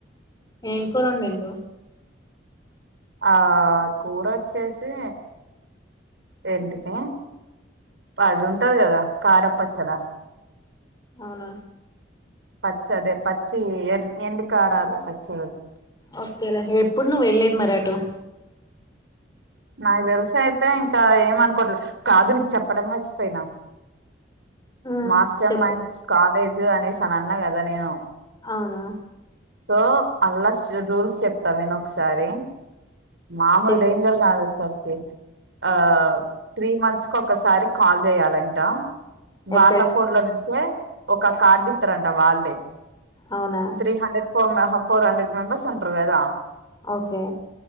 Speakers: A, on the left; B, on the right.
A: ఏం కూర వండిండ్రు
B: ఆ కూర వచ్చేసి ఏంటిది అది ఉంటది కదా కారపచ్చడా
A: అవునా
B: పచ్చ అదే పచ్చి ఎ ఎండుకారల పచ్చి
A: ఓకేలా ఎప్పుడు నువ్వు వెళ్ళేది మరి అట్లా
B: నాకు తెలుసు అయితే ఇంకా ఏమనుకోట్లేదు కాదు నీకు చెప్పడం మర్చిపోయిన
A: ఉమ్
B: మాస్టర్
A: చెప్పు
B: మైండ్స్ క లేదు అనేసాను అన్న కదా నేను
A: అవునా
B: సో అల్లాస్ రూల్స్ చెప్తా విను ఒకసారి మాములు
A: చెప్పు
B: డేంజర్ కాదు సతే ఆ త్రీ మంత్స్ కి ఒకసారి కాల్ చేయాలంట వాళ్ళ
A: ఎక్కడికి
B: ఫోన్ లో నచ్చే ఒక కార్డు ఇస్తారంట వాళ్ళే
A: అవునా
B: త్రీ హండ్రెడ్ ప మ ఫోర్ హండ్రెడ్ మెంస్ ఉంటుదా
A: ఓకే